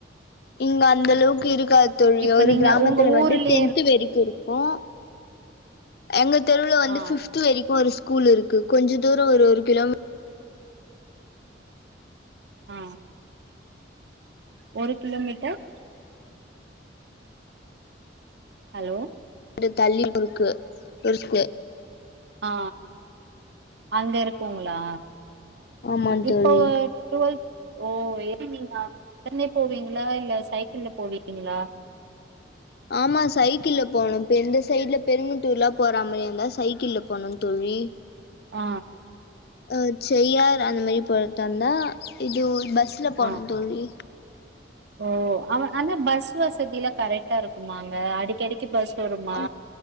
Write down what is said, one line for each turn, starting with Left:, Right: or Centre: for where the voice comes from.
Left: இங்க அந்தளவுக் கு இருக்கா தோழி
Right: இப்ப
Left: ஒரு
Right: நீங்க
Left: கிராமத்துல
Right: உங்க ஊர்லயே
Left: வந்து டென்த்
Right: இருக்கு
Left: வரைக்கு இருக்கு எங்க தெருவில வந்து
Right: ஆ
Left: பிஃப்த்து வெரிக்கு ஒரு ஸ் கூல் இருக்கு கொஞ்ச தூரொ ஒரு ஒரு கிலோ மீ
Right: ஆ ஒரு கிலோமீட்டர் ஹலோ
Left: <unintelligible> தள்ளி இருக்கு ஒரு ஸ்கூல்
Right: ஆ அங்க இருக்குங்களா
Left: ஆமாந்
Right: இப்போ
Left: தோழி
Right: டுவேத் ஓ எ நீங்க உடனே போவீங்களா இல்ல சைக்கிள்ல போவீீங்களா
Left: ஆமா சைக்கிள போணு பெந்த சைட்ல பெருங்கட்டூர்ல்லா போறமேருந்தா சைக்கிள் போணு தோழி
Right: ஆ
Left: ஆ செய்யார் அந்த மாரி போய்டாதா இது ஒ பஸ் ஸ்ல போனு
Right: ஆ
Left: தோழி
Right: ஓ அவ ஆன பஸ் வசதிலா கரெக்ட் டா இருக்குமாங்க அடிக்கடிக்கு பஸ் வருமா
Left: ஆ